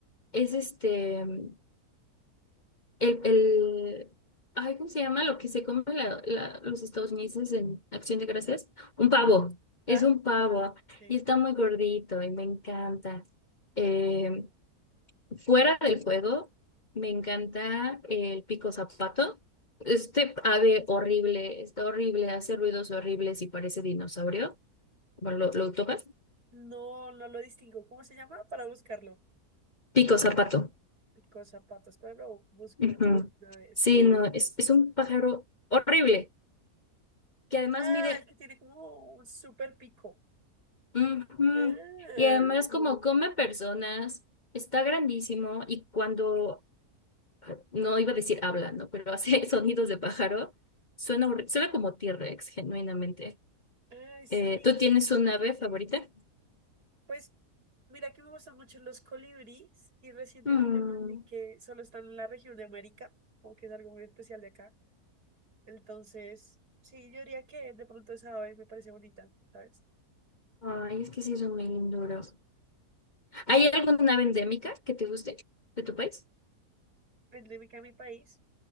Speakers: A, on the left; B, on the right.
A: es este, mm, el, el, ay, ¿cómo se llama? Lo que se come la- la- los estadounidenses en Acción de Gracias. Un pavo,
B: Ah,
A: es un pavo
B: no, sí.
A: y está muy gordito y me encanta. Eh, fuera del juego, me encanta el pico zapato. Este ave horrible, está horrible, hace ruidos horribles y parece dinosaurio. Bueno, ¿lo, lo tocas?
B: No, no lo distingo. ¿Cómo se llama? Para buscarlo.
A: Pico zapato.
B: Pico zapatos, pero lo busco
A: Ujú.
B: una vez.
A: Sí, no, es, es un pájaro horrible que además
B: Ah,
A: mide
B: el que tiene como un super pico.
A: Ujú.
B: Ah,
A: Y además como come personas, está grandísimo y cuando, no iba a decir habla, ¿no? Pero hace <laughs> sonidos de pájaro, suena, horri- suena como T-Rex, genuinamente.
B: ay, sí,
A: Eh, ¿tú
B: es
A: tienes
B: que es
A: un
B: gigante.
A: ave favorita?
B: Pues mira que me gustan mucho los colibríes y recientemente
A: Mm.
B: aprendí que solo están en la región de América, como que es algo muy especial de acá. Entonces, sí, yo diría que de pronto esa ave me parece bonita, ¿sabes?
A: Ay, es que sí son muy linduros. ¿Hay
B: Sí,
A: alguna ave endémica que te guste de tu país?
B: endémica a mi país.